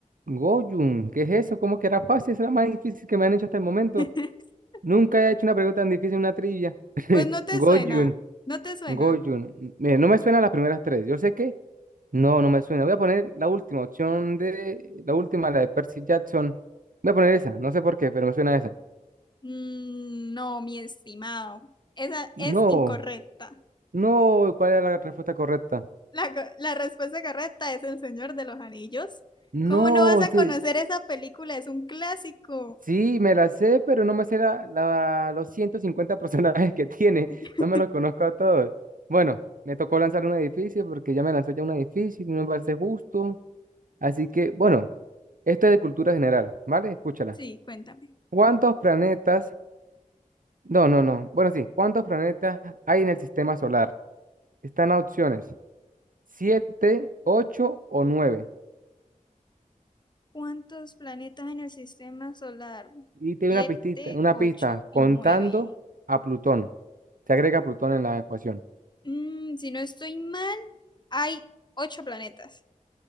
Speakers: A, on the right (about 75°); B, on the left (about 30°).
A: Goyun. ¿Qué es eso? ¿Cómo que era fácil? Es la más difícil que me han hecho hasta el momento.
B: <laughs>
A: Nunca he hecho una pregunta tan difícil en una trivia. <laughs>
B: Pues no te
A: Goyun.
B: suena, no te suena.
A: Goyun. Mire, no me suena las primeras tres. Yo sé que no, no me suena. Voy a poner la última opción de la última, la de Percy Jackson. Voy a poner esa. No sé por qué, pero me suena esa.
B: Mm, no, mi estimado. Esa
A: No,
B: es incorrecta.
A: no. ¿Cuál era la respuesta correcta?
B: La, la respuesta correcta es El Señor de los Anillos.
A: No,
B: ¿Cómo no vas a
A: este.
B: conocer esa película? Es un clásico.
A: Sí, me la sé, pero no me sé la, la- los 150 <laughs> personajes que tiene.
B: <laughs>
A: No me los conozco a todos. Bueno, me tocó lanzar un edificio porque ya me lanzó ya un edificio y no me parece justo. Así que, bueno, esto es de cultura general, ¿vale? Escúchala.
B: Sí, cuéntame.
A: ¿Cuántos planetas? No, no, no. Bueno, sí, ¿cuántos planetas hay en el sistema solar? Están las opciones: siete, ocho o nueve.
B: ¿Cuántos planetas en el sistema solar?
A: Y te
B: Siete,
A: doy una pistita, una
B: ocho
A: pista,
B: y
A: contando
B: nueve.
A: a Plutón. Se agrega Plutón en la ecuación.
B: Mm, si no estoy mal, hay ocho planetas.